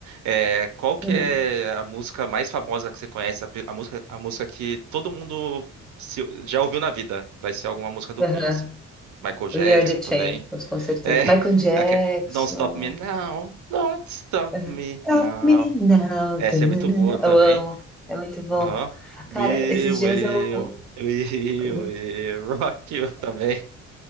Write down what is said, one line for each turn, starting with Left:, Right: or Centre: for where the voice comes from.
Right: é, qual que
Centre: Uhum.
Right: é a música mais famosa que você conhece, a, pe- a música, a música que todo mundo se- já ouviu na vida, vai ser alguma música do
Centre: Uhum.
Right: Queen, assim. Michael Jackson
Centre: We Are the
Right: também.
Centre: Champions, com certeza.
Right: É,
Centre: Michael Jackson.
Right: aqua- Don't Stop Me Now, Don't Stop
Centre: Uhum.
Right: Me
Centre: Stop
Right: Now.
Centre: Me Now.
Right: Essa
Centre: Tananana.
Right: é muito boa também.
Centre: Eu amo, é muito bom.
Right: Aham. We
Centre: Cara, esses
Right: will,
Centre: dias eu.
Right: we
Centre: <laughs>
Right: will rock you também.